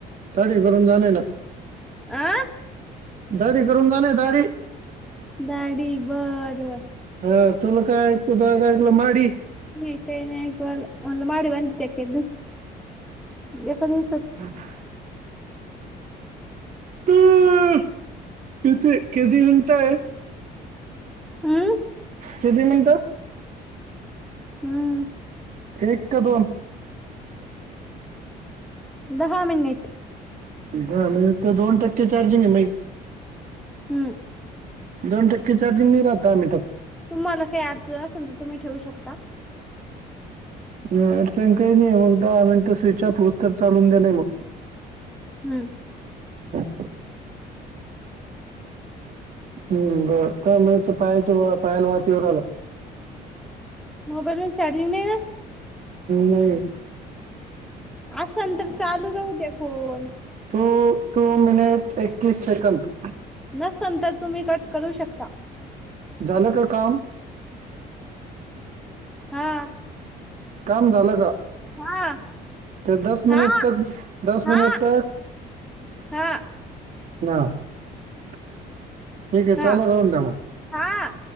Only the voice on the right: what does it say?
दाडी करून झालंय ना.
दाडी करून झालंय दाडी.
ह्म्म तुला काय ऐक <inaudible> ऐकलं माडी?
<inaudible> किती किती मिनिटं आहे.
किती मिनिटं?
एक का दोन.
दहा मिनिटं तर दोन टक्के चार्जिंग आहे मै.
दोन टक्के चार्जिंग नाही राहत दहा मिनिटात.
य अडचण काही नाही मग दहा मिनटं स्विच ऑफ होत तर चालून दिलाय मग.
<unintelligible> हम् बरं का <inaudible> पायाच्या पायाला वात येऊ लागल्या.
नाही
टू-टू मिनिट एक्कीस सेकंद
झालं का काम
काम झाल का
दस मिनट
तक दस
मिनट तक
णा ठीक आहे
चालू राहून द्या मग